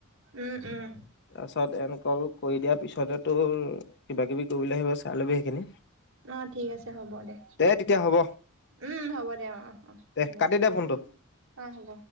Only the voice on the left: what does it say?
তাৰপিছত এনকল কৰি দিয়াৰ পিছতে তো কিবা কিবি কৰিবলৈ আহিব চাই লবি সেইখিনি
তেতিয়া হ'ব
দে
কাটি
দে ফোনটো